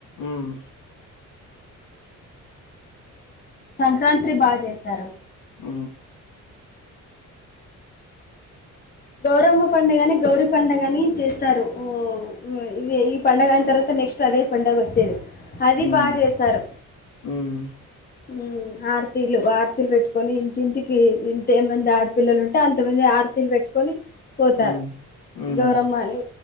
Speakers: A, on the left; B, on the left.
A: ఉమ్.
B: సంక్రాంతి బా చేశారు
A: ఆ
B: గౌరమ్మ పడుగగాని గౌరి పడుగ గాని చేస్తారు ఓ ఇది ఈ పండుగ అయిన తర్వాత నెక్స్ట్ అదే పండుగ వచ్చేది అది
A: హ్మ్
B: బా చేస్తారు
A: హ్మ్
B: ఉమ్మ్ ఆడతీలు ఆరతీలు పెట్టుకొని ఇంటింటికి ఇంతేమంది ఆడపిల్లలు ఉంటే అంతమంది ఆరతీలు పెట్టుకు కని పోతారు
A: హ్మ్ హ్మ్
B: గౌరమ్మా అని